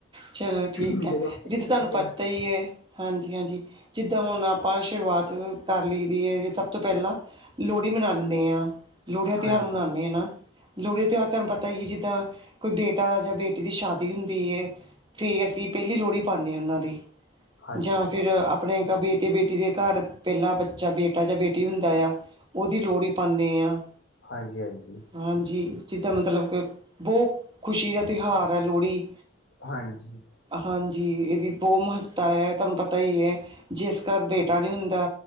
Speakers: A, on the right (about 25°); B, on the left (about 60°).
A: ਚਲੋ ਠੀਕ
B: ਹਾਂਜੀ
A: ਏ,
B: ਜਦੋਂ
A: ਜਿੱਦਾਂ ਤੁਹਾਨੂੰ
B: ਹਾਂਜੀ
A: ਪਤਾ ਈਏ। ਹਾਂਜੀ, ਹਾਂਜੀ ਜਿੱਦਾਂ ਹੁਨ ਆਪਾਂ ਸ਼ੁਰੂਆਤ ਕਰ ਲਈ ਦੀ ਏ, ਸਭ ਤੋਂ ਪਹਿਲਾਂ ਲੋਹੜੀ ਮਨਾਉਂਦੇ ਆ, ਲੋਹੜੀ ਦਾ ਤਿਉਹਾਰ
B: ਹਾਂਜੀ
A: ਮਨਾਉਂਦੇ ਆ ਨਾ ਲੋਹੜੀ ਦਾ ਤਿਉਹਾਰ ਤੁਹਾਨੂੰ ਪਤਾ ਈ ਐ, ਜਿੱਦਾਂ ਕੋਈ ਬੇਟਾ ਜਾਂ ਬੇ ਦੀ ਸ਼ਾਦੀ ਹੁੰਦੀ ਏ, ਫੇ ਅਸੀਂ ਪਹਿਲੀ ਲੋਹੜੀ ਪਾਉਂਦੇ ਆ ਉਨਾਂ ਦੇ
B: ਹਾਂਜੀ
A: ਜਾਂ ਫੇਰ ਆਪਨੇ ਬੇਟੀ ਬੇਟੀ ਦੇ ਘਰ ਪਹਿਲਾ ਬੱਚਾ ਬੇਟਾ ਜਾਂ ਬੇਟੀ ਹੁੰਦਾ ਆ ਉਹਦੀ ਲੋਹੜੀ ਪਾਉਂਦੇ ਆਂ।
B: ਹਾਂਜੀ ਹਾਂਜੀ
A: ਹਾਂਜੀ, ਜਿੱਦਾਂ ਮਤਲਬ ਕਿ ਬਹੁਤ ਖੁਸ਼ੀ ਦਾ ਤਿਉਹਾਰ ਲੋਹੜੀ,
B: ਹਾਂਜੀ
A: ਹਾਂਜੀ ਇਹਦੀ ਬਹੁਤ ਮਹ ਤਾ ਤੁਹਾਨੂੰ ਪਤਾ ਈਏ, ਜਿਸ ਘਰ ਬੇਟਾ ਨੀ ਹੁੰਦਾ